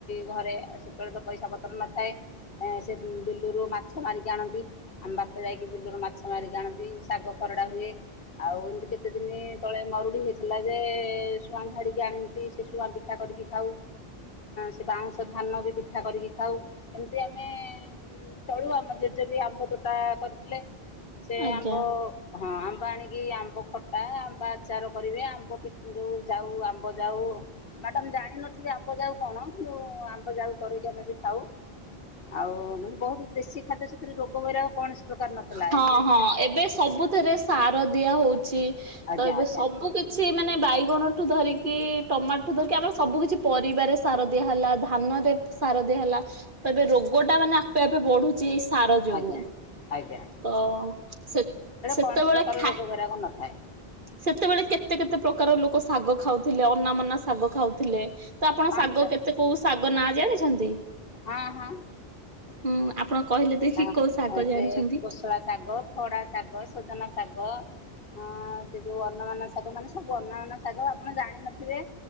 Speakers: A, on the left; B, on the right.
A: ଘରେ ସେତେବେଳେ ତ ପଇସା ପତ୍ର ନଥାଏ। ଅ ସେ ବିଲରୁ ମାଛ ମାରିକି ଆଣନ୍ତି ଆମ ବାପା ଯାଇକି ବିଲରୁ ମାଛ ମାରିକି ଆଣନ୍ତି। ଶାଗ ଖରଡ଼ା ହୁଏ। ଆଉ ଏମିତି କେତେ ଦିନି ତଳେ ମରୁଡି ହେଇଥିଲା ଯେ ସୁଆଁ ଝାଡିକି ଆଣି ସେ ସେ ସୁଆଁ ପିଠା କରିକି ଖାଉ ସେ ବାଉଁଶ ଧାନ ବି ପିଠା କରିକି ଖାଉ। ଏମିତି ଆମେ ଚଳୁ ଆମ ଜେଜେ ବି ଆମ୍ବ ତୋଟା କରିଥିଲେ ସେ
B: ଆଜ୍ଞା
A: ଆମ୍ <unintelligible> ହଁ ଆମ୍ବ ଆଣିକି ଆମ୍ବ ଖଟା, ଆମ୍ବ ଆଚାର କରିବେ ଆମ୍ବ ପିତ୍ ଯୋଉ ଯାଉ ଆମ୍ବ ଯାଉ ମ୍ୟାଡାମ୍ ଜାଣିିନଥିବେ ଆମ୍ବ ଯାଉ କଣ କିନ୍ତୁ ଆମ୍ବ ଯାଉ କରକି ଆମେ ବି ଖାଉ ଆଉ ବହୁତ ଦେଶୀ ଖାଦ୍ୟ ସେଥିରେ ରୋଗ ବୈରାଗ କୌଣସି ପ୍ରକାର ନଥିଲା
B: ହଁ
A: ଏବେ
B: ହଁ ଏବେ ସବୁଥିରେ ସାର ଦିଆହୋଉଛି
A: ଆଜ୍ଞା
B: ତ ଏବେ
A: ଆଜ୍ଞା
B: ସବୁ କିଛି ସବୁ କିଛି ମାନେ ବାଇଗଣଠୁ ଧରିକି ଟମାଟଠୁ ଧରିକି ଆମର ସବୁ କିଛି ପରିବାରେ ସାର ଦିଆ ହେଲା ଧାନରେ ସାର ଦିଆହେଲା ତେବେ ରୋଗଟା ମାନେ ଆପେ ଆପେ ବଢୁଛି ଏଇ ସାର ଯୋଗୁ।
A: ଆଜ୍ଞା ଆଜ୍ଞା
B: ତ ସେ ସେତେବେଳେ
A: କୌଣସି ପ୍ରକାର
B: ଖା
A: ରୋଗ ବୈରାଗ ନଥାଏ
B: ସେତେବେଳେ କେତେ କେତେ ପ୍ରକାର ଲୋକ ଶାଗ ଖାଉଥିଲେ ଅନା ମନା ଶାଗ ଖାଉଥିଲେ ତ ଆପଣ
A: ପାଞ୍ଚ
B: ଶାଗ କେତେ କୋଉ ଶାଗ ନାଁ ଜାଣିଛନ୍ତି?
A: ହଁ ହଁ
B: ହୁଁ ଆପଣ କହିଲେ
A: ସେ
B: ଦେଖି କୋଉ ଶାଗ ଜାଣିଛନ୍ତି?
A: କୋଷଳା ଶାଗ ଖଡା ଶାଗ ସଜନା ଶାଗ ଅଁ ସେ ଯୋଉ ଅନାମନା ଶାଗ ମାନେ ସବୁ ଅନାମନା ଶାଗ ଆପଣ ଜାଣିନଥିବେ।